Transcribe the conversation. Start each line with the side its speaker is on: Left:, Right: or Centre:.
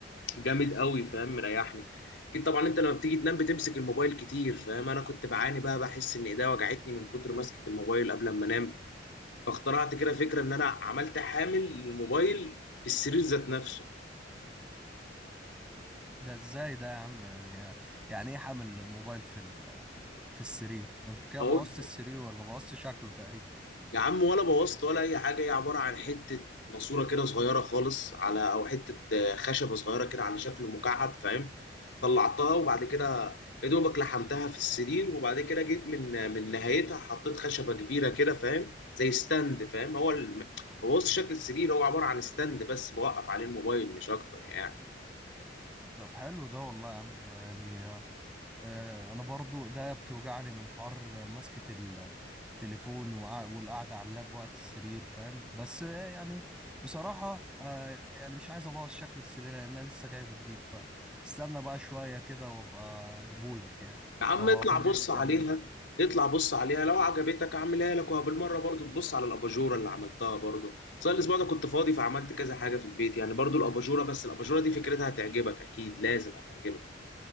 Left: جامد قوي فاهم مريحني اكيد طبعا انت لما بتيجي تنام بتمسك الموبايل كتير فاهم انا كنت بعاني بقى بحس ان ايديا وجعتني من كتر مسكة الموبايل قبل ما انام فاخترعت كده فكرة ان انا عملت حامل للموبايل في السرير ذات نفسه
Centre: ده ازاي ده يا عم يعني يعني ايه حمل الموبايل في ال- في السرير ده انت كده
Left: اقول
Centre: بوظت السرير ولا بوظت شكله تقريبا
Left: يا عم ولا بوظت ولا اي حاجه هي عباره عن حته ماسوره كده صغيره خالص على او حته آه، خشبه صغيره كده على شكل مكعب فاهم طلعتها وبعد كده يا دوبك لحمتها في السرير وبعد كده جيت من آه، من نهايتها حطيت خشبه كبيره كده فاهم زي ستاند فاهم هو الم- بوظت شكل السرير هو عباره عن ستاند بس بوقف عليه الموبايل مش اكتر يعني
Centre: طب حلو ده والله يا عم يعني آه، انا برضو ده بتوجعني من حر مسكة التليفون وقع- والقعدة على اللاب وقت السرير فاهم بس آه، يعني بصراحة آه، يعني مش عايز ابوظ شكل السرير لان انا لسه جايبه جديد فاستنى بقى شوية كده وابقى اجيبهولك يعني
Left: يا عم
Centre: او
Left: اطلع
Centre: اخليك
Left: بص
Centre: تعمل
Left: عليها اطلع بص عليها لو عجبتك اعملها لك وبالمره برضو تبص على الاباجوره اللي عملتها برضو صار الاسبوع ده كنت فاضي فعملت كذا حاجه في البيت يعني برضو الاباجوره بس الاباجوره دي فكرتها هتعجبك اكيد لازم هتعجبك